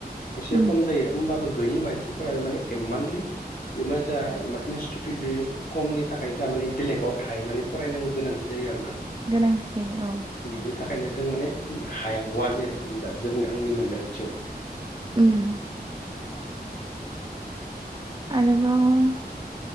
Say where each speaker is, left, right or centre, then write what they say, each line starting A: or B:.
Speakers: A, on the left (about 60°); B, on the right (about 25°).
A: एसे
B: उम
A: खम जायो होमबाबो। गैयि मानसिफोरा माने इममानलि बे मा जा इनस्टिटिउट खमनि थाखाय जा माने बेलेगाव थाहैनानै फरायनांगौ गोनांथि जायो आरो ना।
B: गोनांथि जायो औ
A: बिनि थाखायनो जों माने हाया गवा रखम दा जों आंनि मोनदांथियाव
B: उम आरोबाव